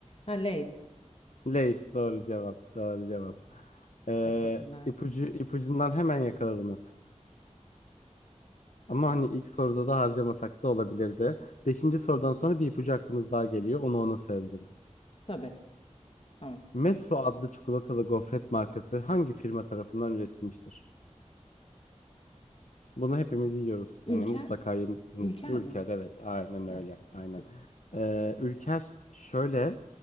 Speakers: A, on the left; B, on the left.
A: Ha, Lay's.
B: Lace doğru cevap. Doğru cevap. Ee,
A: Teşekkürler.
B: ipucu, ipucundan hemen yakaladınız. Ama hani ilk soruda da harcamasak da olabilirdi. Beşinci sorudan sonra bir ipucu hakkınız daha geliyor. Onu ona sayabiliriz.
A: Tabii. Tamam.
B: Metro adlı çikolatalı gofret markası hangi firma tarafından üretilmiştir? Bunu hepimiz yiyoruz.
A: Ülker.
B: Hani mutlaka yemişsinizdir.
A: Ülker
B: Ülker
A: mi?
B: evet aynen
A: Evet.
B: öyle. Aynen.
A: Çok.
B: Ee, Ülker şöyle.